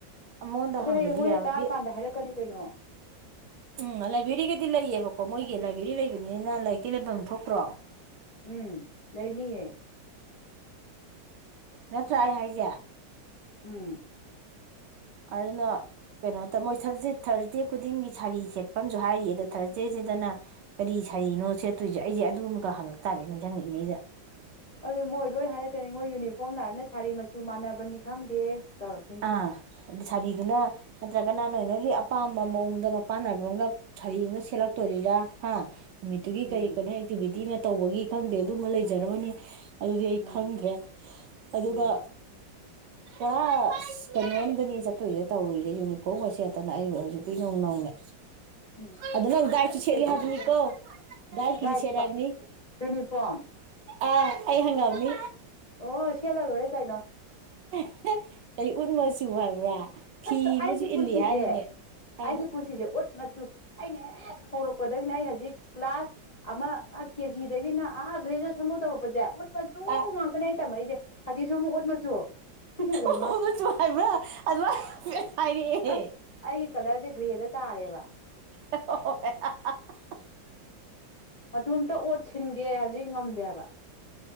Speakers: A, on the right; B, on the left.
A: ꯑꯃꯉꯣꯟꯗ
B: ꯑꯗꯣ
A: ꯍꯪꯒꯗꯤ
B: ꯍꯌꯦꯡ ꯃꯣꯏꯅ
A: ꯌꯥꯔꯒ
B: ꯇꯥꯛꯑꯀꯥꯟꯗ ꯍꯥꯏꯔꯛꯀꯅꯤ ꯀꯩꯅꯣ
A: ꯎꯝ ꯂꯥꯏꯕ꯭ꯔꯦꯔꯤꯒꯗꯤ ꯂꯩꯌꯦꯕꯀꯣ ꯑꯣ ꯃꯣꯏꯒꯤ ꯂꯥꯏꯕ꯭ꯔꯦꯔꯤ ꯂꯩꯕꯅꯤꯅ ꯂꯥꯏꯔꯤꯛꯇꯤ ꯂꯩꯐꯝ ꯑꯃ ꯊꯣꯛꯇ꯭ꯔꯣ
B: ꯎꯝ ꯂꯩꯅꯤꯌꯦ
A: ꯅꯠꯇ꯭ꯔ ꯑꯩ ꯍꯥꯏꯖꯦ
B: ꯎꯝ
A: ꯑꯗꯨꯅ ꯀꯩꯅꯣ ꯇꯧꯃꯣꯏ ꯊ ꯊꯥꯔꯁꯗꯦ ꯈꯨꯗꯤꯡꯒꯤ ꯁꯥꯔꯤ ꯁꯦꯠꯄ ꯑꯨ ꯍꯥꯏꯔꯤ ꯑꯗꯣ ꯊꯥꯔꯁꯗꯦꯁꯤꯗꯅ ꯀꯔꯤ ꯁꯥꯔꯤꯅꯣ ꯁꯦꯠꯇꯣꯏꯁꯦ ꯑꯩꯁꯦ ꯑꯗꯨꯨꯝꯒ ꯍꯪꯉꯛ ꯇꯥꯔꯦ ꯅꯤꯡꯁꯤꯡꯪꯏꯉꯩꯗ
B: ꯑꯗꯨ ꯃꯣꯏ ꯂꯣꯏ ꯍꯥꯏꯔꯛꯀꯅꯤ ꯃꯣꯏ ꯌꯨꯅꯤꯐꯣꯔꯝ ꯅꯥ ꯍꯥꯏꯕꯅ ꯁꯥꯔꯤ ꯃꯆꯨ ꯃꯥꯟꯅꯕꯅꯤ ꯈꯪꯗꯦ ꯇꯧꯔꯛꯈꯤꯅꯤ
A: ꯑꯥ ꯑꯗꯨ ꯁꯔꯤꯗꯅ ꯅꯠꯇ꯭ꯔꯒꯅꯍ ꯅꯣꯏ ꯅꯣꯏꯒꯤ ꯑꯄꯥꯝꯕ ꯃꯑꯣꯡꯗ ꯃꯄꯥꯟꯅꯕ ꯑꯃꯒ ꯊꯔꯤ ꯑꯃꯒ ꯁꯦꯠꯂꯛꯇꯣꯔꯤꯔ ꯍꯥ ꯅꯨꯃꯤꯠꯇꯨꯒꯤ
B: ꯎꯝ
A: ꯀꯔꯤ ꯀꯩꯅꯣ ꯑꯦꯛꯇꯤꯚꯤꯇꯤ ꯑꯃ ꯇꯧꯕꯒꯤ ꯈꯪꯗꯦ ꯑꯗꯨꯝꯕ ꯂꯩꯖꯔꯕꯅꯤ ꯑꯗꯨꯗꯤ ꯑꯩ
B: ꯎꯝ
A: ꯈꯪꯗ꯭ꯔꯦ ꯑꯗꯨꯒ
B: ꯎꯝ
A: ꯄꯨꯔ ꯀꯩꯅꯣꯝꯗꯅꯤ ꯆꯠꯇꯣꯏꯁꯦ ꯇꯧꯔꯤꯁꯦ ꯌꯨꯅꯤꯐꯣꯔꯝꯁꯦ ꯠꯇꯅ ꯑꯩꯕꯨ ꯍꯧꯖꯤꯛꯄꯨ ꯏꯅꯧ ꯅꯧꯅ
B: ꯎꯝ
A: ꯑꯗꯨ ꯅꯪ ꯗꯥꯏꯔꯤꯁꯨ ꯁꯦꯠꯂꯤꯦ
B: ꯀꯩꯁꯨ
A: ꯍꯥꯏꯕꯅꯤꯀꯣ
B: ꯇꯧ
A: ꯗꯥꯏꯔꯤꯛꯀꯤꯁꯨ
B: ꯗꯥꯏꯁ
A: ꯁꯦꯠꯂꯦ ꯍꯥꯏꯕꯅꯤ
B: ꯌꯨꯅꯤꯐꯣꯔꯝ
A: ꯑꯥ ꯑꯩ ꯍꯪꯒꯥꯥꯎꯅꯤ
B: ꯑꯣ ꯁꯤꯂꯔ ꯑꯣꯏꯔꯦ ꯀꯥꯏꯅꯣ
A: <inaudible> ꯀꯔꯤ ꯎꯠꯃꯁꯨꯨ ꯍꯥꯏꯕ꯭ꯔꯥ ꯐꯤ
B: ꯑꯁ
A: ꯑꯃꯁꯨ
B: ꯑꯩꯒꯤ ꯄꯨꯟꯁꯤꯁꯦ
A: ꯏꯜꯂꯤ ꯍꯥꯏꯔꯤꯅꯦ ꯑꯥ
B: ꯑꯩꯒꯤ ꯄꯨꯟꯁꯤꯁꯦ ꯎꯠ ꯃꯆꯨ ꯑꯩꯅ ꯍꯧꯔꯛꯄꯗꯒꯤꯅ ꯑꯩ ꯍꯧꯖꯤꯛ ꯀ꯭ꯂꯥꯁ ꯑꯃ ꯀꯦꯖꯤ ꯑꯗꯒꯤꯅ ꯑꯥ ꯒ꯭ꯔꯦꯖꯨꯋꯦꯁꯟꯐ ꯇꯧꯔꯛꯄꯁꯦ ꯎꯠꯂꯁꯨ
A: ꯑꯥ
B: ꯉꯥꯛꯇꯅꯦ ꯑꯩ ꯇꯝꯃꯛꯏꯁꯦ ꯍꯧꯖꯤꯛꯁꯨ ꯑꯃꯨꯛ ꯎꯠꯃꯁꯨ ꯑꯗꯨ ꯑꯣꯏꯃ
A: ꯎꯗꯨꯁꯨ ꯍꯥꯏꯕ꯭ꯔꯥ ꯑꯗꯨꯃꯥꯏꯅ ꯍꯥꯏꯔꯛꯑꯦ
B: ꯑꯁ ꯍꯥꯏꯒꯤ ꯀꯂ ꯁꯦ ꯒ꯭ꯔꯦꯗ ꯇꯥꯔꯦꯕ
A: ꯑꯣ
B: ꯃꯆꯇ ꯑꯣꯠ ꯁꯤꯟꯒꯦ ꯍꯥꯏꯕꯁꯤ ꯉꯝꯗꯦ ꯍꯥꯏꯕ